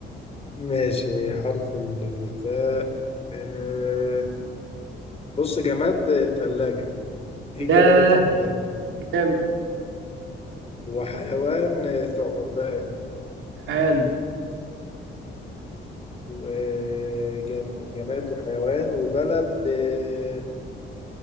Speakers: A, on the left; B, on the right.
A: ماشي حرف الثاء آه، بص جماد آه، ثلاجة دي
B: ياه
A: كده جت في دماغي
B: جامد
A: وحيوان آه، ثعبان
B: حلو
A: وجم- وجماد وحيوان وبلد آه،